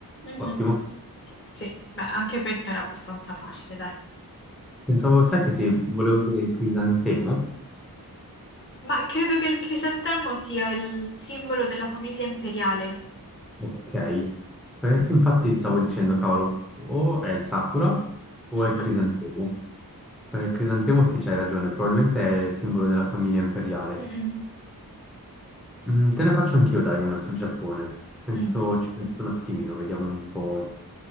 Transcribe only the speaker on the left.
Mm-mm.
Sì, beh, anche questa era abbastanza facile, dai.
Ma credo che il crisantemo sia il simbolo della famiglia imperiale.
Mm-mm,
mm-mm,
mm.